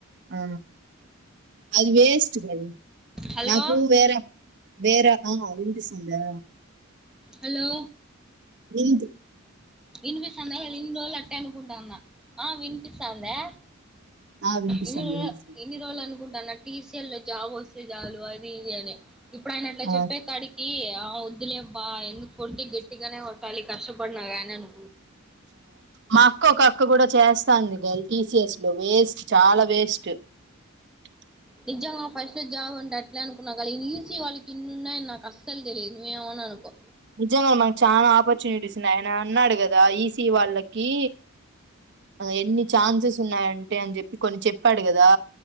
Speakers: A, on the right; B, in the centre.
A: ఆ అది వేస్ట్ కానీ
B: హలో
A: నాకు వేరే వేర ఆ వినిపిస్తుందా.
B: హలో
A: వింతు
B: వినిపిస్తాందా. ఇన్ని రోజులు అట్టె అనుకుంటున్నా. ఆ వినిపిస్తాందా.
A: ఆ వినిపిస్తుంది
B: ఇన్ని రోజు
A: వినిపిస్తుంది
B: ఇన్ని రోజులు అనుకుంటు తన టీ సి ఎల్ లో జాబ్ వస్తే చాలు అది ఇది అనే ఇప్పుడు ఆయన అట్లా
A: ఆ
B: చెప్పే కాడికి వద్దులే అబ్బా ఎందుకు కొంట్టి గట్టిగానే కొట్టాలి. కష్ట ప పడినగాయనను
A: మా అక్క ఒక అక్క కూడా చేస్తాంది. గలి టి సి ఎస్ లో వేస్ట్. చాలా వేస్ట్. స్స్ట్
B: నిజంగా ఫస్ట్ జాబ్ ఉంటే అట్లే అనుకున్నా. కానీ ఈసి వాళ్ళకి ఇన్ని ఉన్నాయని నాకు అసలు తెలియదు. నువ్వు ఏం అన్న అనుకో
A: నిజంగా మాకు చాలా ఆపర్చునిటీస్ ఉన్నాయని అన్నాడు. కదా ఈ వాళ్ళకి. ఎన్ని ఛాన్సెస్ ఉన్నాయంటే అని. చెప్పి కొన్ని చెప్పాడు కదా.